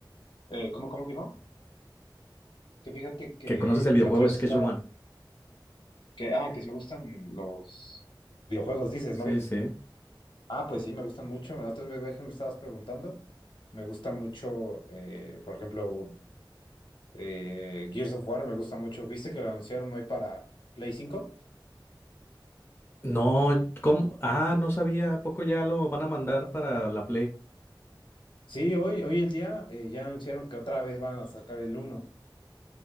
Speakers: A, on the left; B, on the left.
A: Eh, ¿cómo, cómo dijo? Que fíjate que
B: ¿Que conoces el videojuego
A: la otra vez
B: Schedule
A: está,
B: One?
A: que, ah, que si me gustan los videojuegos, dices,
B: Sí,
A: ¿no, dijo?
B: sí.
A: Ah, pues sí, me gustan mucho. La otra vez que me estabas preguntando, me gusta mucho, eh, por ejemplo, eh, Gears of War, me gusta mucho. ¿Viste que lo anunciaron hoy para Play cinco.
B: No, ¿cómo? Ah, no sabía, ¿a poco ya lo van a mandar para la Play?
A: Sí, hoy, hoy el día eh, ya anunciaron que otra vez van a sacar el uno.